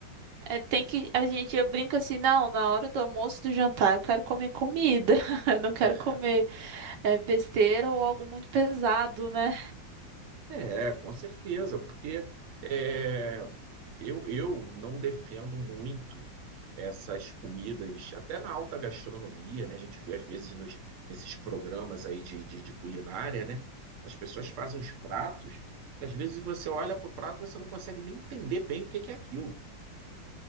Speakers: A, on the right (about 75°); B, on the right (about 55°).
A: é, tem que. A gente, eu brinco assim, não, na hora do almoço e do jantar, eu quero comer comida. <laughs> Eu não quero
B: É,
A: comer é, besteira ou algo muito pesado, né?
B: é, com certeza, porque... É, Eu, eu não defendo muito essas comidas, até na alta gastronomia, né? A gente vê às vezes nos, nesses programas aí de, de, de culinária, né? As pessoas fazem os pratos que às vezes você olha para o prato e você não consegue nem entender bem o que que é aquilo